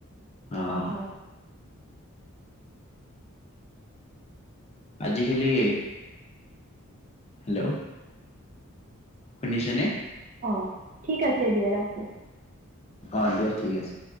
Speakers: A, on the left; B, on the right.
A: অহ।
B: হয়
A: আজি খালি হেল্ল' শুনিছেনে?
B: অ' ঠিক আছে দিয়া। ৰাখো।
A: অ' দিয়া ঠিক আছে।